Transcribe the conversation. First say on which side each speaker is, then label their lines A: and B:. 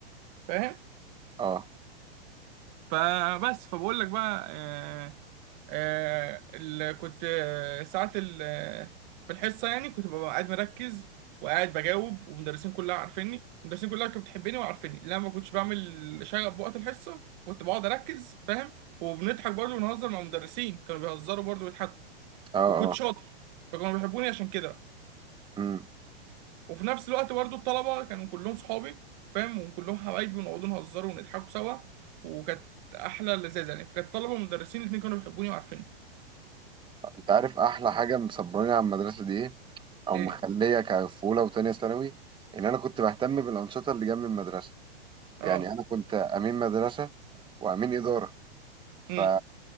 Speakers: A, on the right; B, on the right.
A: فاهم
B: اه
A: فبس فبقول لك بقى آه آه ال- كنت آه، ساعه ال- آه، في الحصه يعني كنت ببقى قاعد مركز وقاعد بجاوب والمدرسين كلها عارفيني المدرسين كلها كانت بتحبني وعارفيني لان انا ما كنتش بعمل شغب بوقت الحصه كنت بقعد اركز فاهم وبنضحك برضه ونهزر مع المدرسين كانوا بيهزروا برضه ويضحكوا
B: اه
A: وكنت
B: اه
A: شاطر فكانوا بيحبوني عشان كده
B: امم
A: وفي نفس الوقت برضو الطلبة كانوا كلهم صحابي فاهم وكلهم حبايبي ونقعد نهزروا ونضحكوا سوا وكانت أحلى لذاذة يعني فكانت طلبة ومدرسين الاتنين كانوا بيحبوني وعارفيني
B: انت عارف احلى حاجه مصبراني على المدرسه دي ايه او
A: إيه
B: مخليه كفوله وتانية ثانوي ان انا كنت بهتم بالانشطه اللي جنب المدرسه
A: أه
B: يعني انا كنت امين مدرسه وامين اداره ف
A: أمم